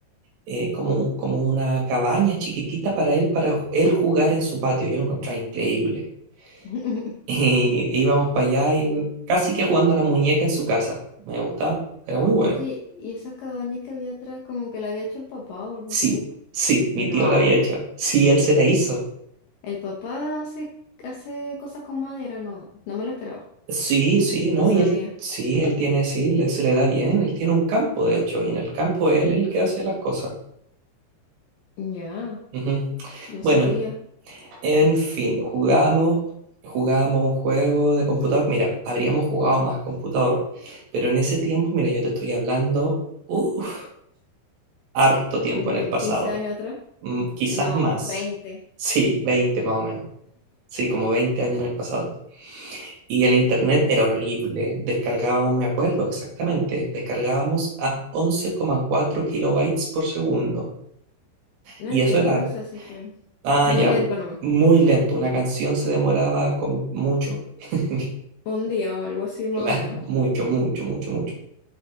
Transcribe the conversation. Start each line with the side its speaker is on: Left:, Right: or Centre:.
Right: eh, como, como una cabaña chiquitita para él, para ju- él jugar en su patio. Yo lo encontraba increíble. <laughs>
Left: <laughs>
Right: Y íbamos para allá y casi que jugando a la muñeca en su casa. Me gustaba, era muy bueno.
Left: Oye, ¿y esa cabaña que había atrás como que la había hecho el papá o algo
Right: Sí,
Left: así?
Right: sí, mi
Left: No,
Right: tío la había hecho. Sí, él se la hizo.
Left: el papá hace, hace cosas con madera, no, no me lo esperaba.
Right: Sí, sí,
Left: No
Right: ¿no?
Left: sabía.
Right: Y él, sí, él tiene, sí, le- se le da bien. Él tiene un campo, de hecho, y en el campo él es el que hace las cosas.
Left: Ya,
Right: Ujú.
Left: no
Right: Bueno,
Left: sabía.
Right: en fin, jugamos, jugamos un juego de computador. Mira, habríamos jugado más computador, pero en ese tiempo, mira, yo te estoy hablando, uff, harto tiempo
Left: Hace
Right: en el pasado,
Left: 15 años atrás.
Right: Mm, quizás
Left: No,
Right: más.
Left: 20.
Right: Sí, 20 más o menos. Sí, como 20 años en el pasado. Y el internet era horrible. Descargábamos, me acuerdo exactamente, descargábamos a once coma cuatro kilobytes por segundo.
Left: No
Right: Y
Left: entiendo
Right: eso era,
Left: eso, así que
Right: ah,
Left: muy
Right: ya,
Left: lento
Right: muy lento. Una canción se demoraba como mucho. <laughs>
Left: Un día o algo así más
Right: Claro,
Left: o menos.
Right: mucho, mucho, mucho, mucho.